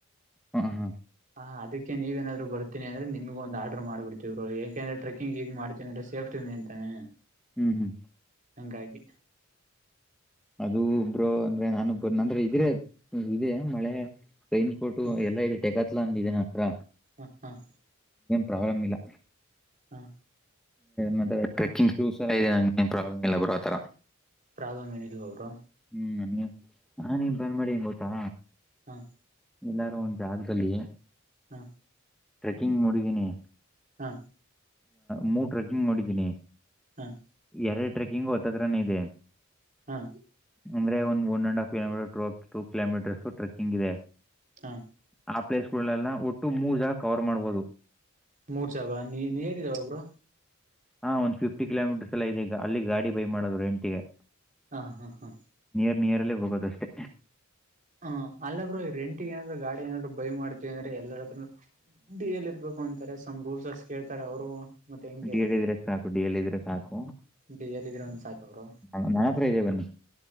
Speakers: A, in the centre; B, on the right.
A: ಹಾ ಹಾ
B: ಹ ಅದಕ್ಕೆ ನೀವೇನಾದರು ಬರ್ತೀಿ ಅಂದ್ರೆ ನಿಮಗೆ ಒಂದು ಆರ್ ಮಾಡ್ ಬಿಡ್ತತಿ್ರು ಯಾಕೆಂದ್ರೆಟ್ರೆಿಂಗ ಹಗಗ್ ಮಾಡತೀವ ಅ್ರ ಸೇಫ್ಟಿ ಮ ಅಂತಾನೆ
A: ಹ್ಮ್ ಹ್ಮ್
B: ಅಂಗಂಗಾಗಿ
A: ಅದು ಒಬ್ರು ಅಂದ್ರೆ ನಾನುಬ್ಬ ನಂದ್ರೆ ಇದ್ರೆ ಇದೇ ಮಳೆ ರೈನ್ ಕೋಟು
B: ಹ್ಮ್
A: ಎಲ್ಲಾ ಇದೆ ಟೆಕತ್ಲ ಅಂದ ಇದೇನ ಹತ್ರ
B: ಹ್ಮ್ ಹ್ಮ್
A: ಪ್ರಾಬ್ಲಮ್ ಇಲ್ಲ
B: ಹಾ
A: ಮತ್ತೆ ಟ್ರೆಕ್ಕಿಂಗ್ ಶೂಸ್ ಇದೆ ನಂನ್ ಪ್ರಾಬ್ಲಮ್ ಇಲ್ಲ ಬರೋಥರ
B: ಪ್ರಾಬ್ಲಮ್ ಏನಿಲ್ವ ಅವರು
A: ಹ್ಮ್ ನೀ ಹಾ ನೀನ್್ ಬಂದ್ ಮಾಡಿ ಹೆಂಗ ಗೊತ್ತಾ
B: ಹಾ
A: ಎಲ್ಲಾರು ಒಂದು ಜಾಗದಲ್ಲಿ
B: ಹ್ಮ
A: ಟ್ರೆಕ್ಕಿಂಗ್ ನೋಡಿದೀನಿ
B: ಹಾ
A: ಮೂ ಟ್ರೆಕ್ಕಿಂಗ್ ನೋಡಿದ್ದೀನಿ
B: ಹ್ಮ್
A: ಎರಡು ಟ್ರೆಕಿಂಗ್ ಓದ್ದತ್ರಾನ ಇದೆ
B: ಹಾ
A: ಅಂದ್ರೆ ಒಂದು ಒನ್ ಅಂಡ್ ಹಫ್ ಕಿೋೀಟರ್ಟ ಟ ಕಿೋಮೀಟರ್ ಟೆಕಿಂಗ್ ಇದೆ
B: ಹಾ
A: ಆ ಪ್ಲೇಸ್ ಗಳೆಲ್ಲ ಒಟ್ಟು ಮೂ ಜಾಗ ಕವರ್ ಮಾಡ್ಬೋದು
B: ಮೂರ್ ಸಾವ ನೀ ನೀ ಹೇರಿದ್ದಾವ ಒಬ್ರು
A: ಹಾ ಒಂದ್ ಫಿಫ್ಟಿ ಕಿಲೋಮೀಟರ್ಸ್ ಎಲ್ಲ ಇದೀಗ ಅಲ್ಲಿ ಗಾಡಿ ಬೈ ಮಾಡೋ್ರು ಎಂಟಿಗೆ
B: ಹಾ ಹಾ ಹಾ
A: ನಿಯರಲ್ಲೇ ಹೋಗೋದಷ್ಟೆ
B: ಹ ಅಲ್ಲಬ್ರು ರೆಂಟಿ ಏನಾದ್ರು ಗಾಡಿ ಏನಾದ್ರು ಬೈ ಮಾಡ್ತೀವಿ ಅಂದ್ರೆ ಎಲ್ಲಾರಾದೂ ಡಿ ಎಲ್ ಇರ್ಬೇಕು ಅಂತ ತ ಸಂಭೂಲ್ಸಸ್ ಕೇಳ್ತಾರೆ ಅವರು ಮತ್ತೆ ಹೆಂಗೆ
A: ಡಿ ಎಲ್ ಇದ್ರೆ ಸಾಕು ಡಿ ಎಲ್ ಇದ್ರೆ ಸಾಕು
B: ಬಿ ಎಲ್ಲಿದ್ರೆ ಒಂದ ಸಾಕ ಅವರು
A: ನನ್ನ ಹತ್ರ ಇದೆ ಬನ್ನಿ